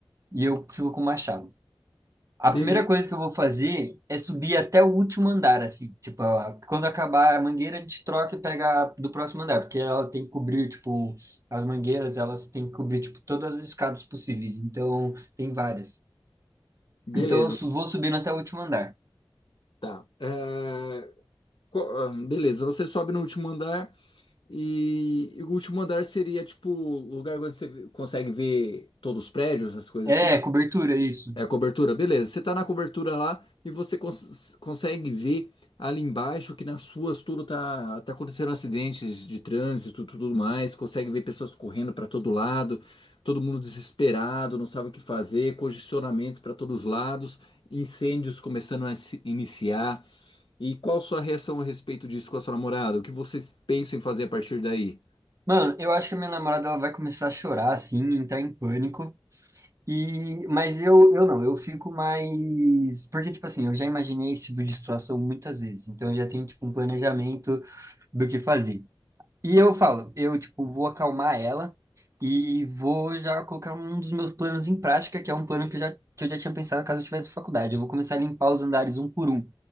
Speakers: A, on the right; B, on the left.
A: E eu fico com o machado. A
B: Bele-
A: primeira coisa que eu vou fazer é subir até o último andar, assim. Tipo, a- quando acabar a mangueira, a gente troca e pega a do próximo andar, porque ela tem que cobrir, tipo, as mangueiras, elas têm que cobrir, tipo, todas as escadas possíveis. Então, tem várias.
B: beleza,
A: Então, eu su- vou subindo até o último andar.
B: tá. É, co- ah, beleza, você sobe no último andar. E, e o último andar seria tipo o lugar onde você vê- consegue ver todos os prédios, essas coisas
A: É,
B: assim.
A: cobertura, isso.
B: É a cobertura, beleza. Você tá na cobertura lá e você cons- consegue ver ali embaixo que nas ruas tudo tá, tá acontecendo acidentes de trânsito, tudo tudo mais. Consegue ver pessoas correndo para todo lado, todo mundo desesperado, não sabe o que fazer, congestionamento para todos os lados, incêndios começando a se iniciar. E qual sua reação a respeito disso com a sua namorada? O que vocês pensam em fazer a partir daí?
A: Mano, eu acho que a minha namorada, ela vai começar a chorar, assim, entrar em pânico. E, mas eu, eu não, eu fico mais. Porque, tipo assim, eu já imaginei esse tipo de situação muitas vezes. Então, eu já tenho, tipo, um planejamento do que fazer. E eu falo, eu, tipo, vou acalmar ela e vou já colocar um dos meus planos em prática, que é um plano que eu já, que eu já tinha pensado caso eu tivesse faculdade. Eu vou começar a limpar os andares um por um.